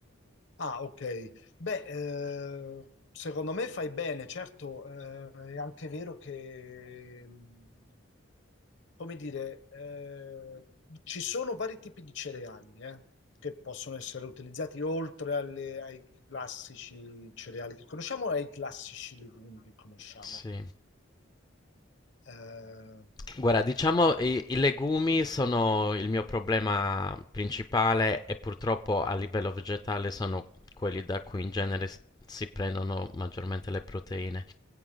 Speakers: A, on the left (about 65°); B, on the left (about 20°).
A: Ah, ok. Beh, eh, secondo me fai bene, certo, eh, è anche vero che, mh, come dire, eh, ci sono vari tipi di cereali, eh, che possono essere utilizzati oltre alle- ai classici cereali che conosciamo e ai classici legumi che conosciamo.
B: Sì.
A: Eh,
B: Guarda, diciamo i, i legumi sono il mio problema principale e purtroppo a livello vegetale sono quelli da cui in genere s- si prendono maggiormente le proteine.